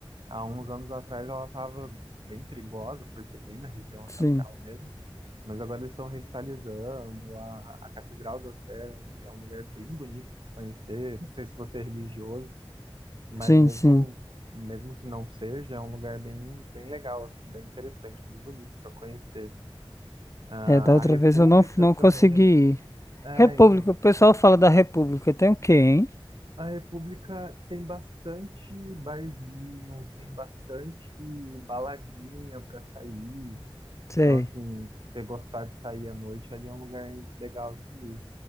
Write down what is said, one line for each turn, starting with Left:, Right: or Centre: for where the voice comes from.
Right: Há uns anos atrás ela estava bem perigosa, por ser bem na região
Left: Sim.
Right: central mesmo, mas agora eles estão revitalizando. A, a Catedral da Sé é um, é um lugar bem bonito de se conhecer. Não sei se você é religioso, mas
Left: Sim,
Right: mesmo,
Left: sim.
Right: mesmo que não seja, é um lugar bem, bem legal, assim, bem interessante, bem bonito para conhecer. Ah,
Left: É, da outra
Right: a República
Left: vez eu não, não
Right: também
Left: consegui
Right: é, mu-
Left: ir.
Right: é,
Left: República,
Right: então.
Left: o pessoal fala da República. Tem o quê, hein?
Right: A República tem bastante barzinho, tem bastante baladinha para sair.
Left: Sei.
Right: Então, assim, se você gostar de sair à noite, ali é um lugar legal de ir.